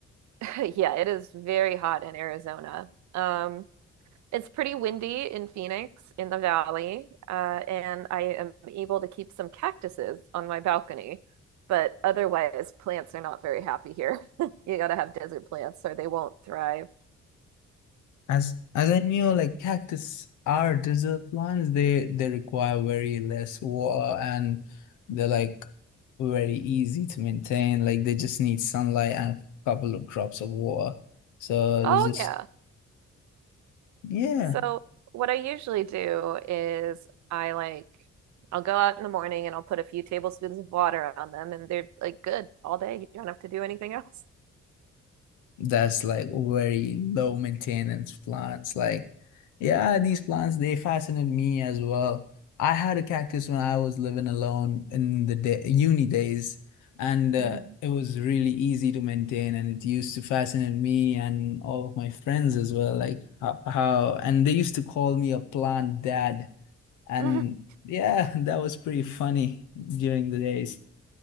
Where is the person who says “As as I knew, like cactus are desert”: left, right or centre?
Left